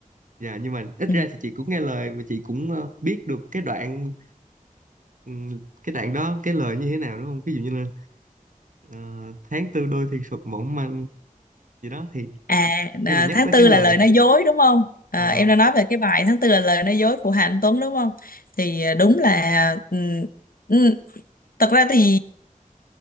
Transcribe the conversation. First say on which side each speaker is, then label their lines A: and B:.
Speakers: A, on the right (about 65°); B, on the left (about 85°).
A: Dạ nhưng mà ít
B: Ừ.
A: ra thì chị cũng nghe lời mà chị cũng ờ, biết được cái đoạn ừm, cái đoạn đó cái lời như thế nào đúng không? Ví dụ như là ờ, tháng tư đôi thì sụp mỏng manh gì đó thì
B: à
A: khi
B: à,
A: mà nhắc
B: tháng
A: tới
B: tư
A: cái lời
B: là lời nói dối đúng không Ờ,
A: ờ,
B: em đã nói về cái bài tháng tư là lời nói dối của Hà Anh Tuấn đúng không thì ờ, đúng là ừ, ừ, thật ra thì